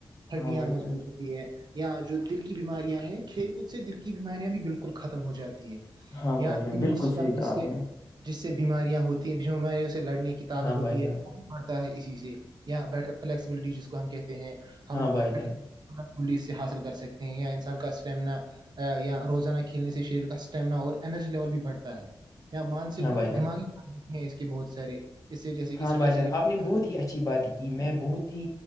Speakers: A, on the right; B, on the left.
A: ہڈیاں
B: ہاں بھائی
A: مضبوط
B: جان
A: ہوتی یا جو دل کی بیماریاں ہیں کھیل کود سے دل کی بیماریاں بھی بالکل ختم ہو جاتی ہے
B: ہاں بھائی
A: یا امیون
B: جان بالکل
A: سسٹم
B: صحیح
A: جس
B: کہا آپ
A: سے
B: نے
A: جس سے بیماریاں ہوتی ہیں بیماریوں سے لڑنے کی طاقت
B: ہاں
A: ہوتی
B: بھائی جان
A: ہے بڑتا ہے اسی سے یا بیٹر فلیکسبلٹی جس کو ہم کہتے ہیں ہم
B: ہاں بھائی جان
A: بیر بلی سے حاصل کر سکتے ہیں یا انسان کا اسٹیمنا یہیا روزانہ کھیلنے سے شریر کا اسٹیمنا اور انرجی لیول بھی بڑھتا ہے یا مانسک
B: ہاں
A: اور
B: بھائی جان
A: دماغی ہیں اس کے بہت سارے اس سے جیسے کہ
B: ہاں
A: اسٹریس
B: بھائی جان
A: لے سکتا
B: آپ نے بہت
A: ہے
B: ہی اچھی بات کی
A: بالکل
B: میں بہت ہی